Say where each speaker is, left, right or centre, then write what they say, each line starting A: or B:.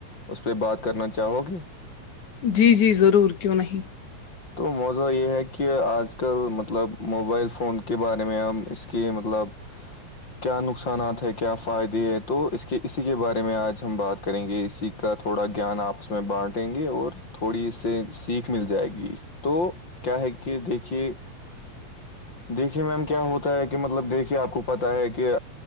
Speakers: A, on the left (about 35°); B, on the left (about 85°).
A: اس پہ بات کرنا چاہو گے
B: جی جی ضرور کیوں نہیں
A: تو موزہ یہ ہے کہ آج آج کل مطلب موبائل فون کے بارے میں ہم اس کے مطلب کیا نقصانات ہے کیا فائدے ہے تو اس کے اسی کے بارے میں آج ہم بات کریں گے اسی کا تھوڑا گان آپس میں بانٹیں گے اور تھوڑی اس سے سیکھ مل جائے گی تو کیا ہے کہ دیکھیے دیکھیے میم کیا ہوتا ہے کہ مطلب دیکھیے آپ کو پتا ہے کہ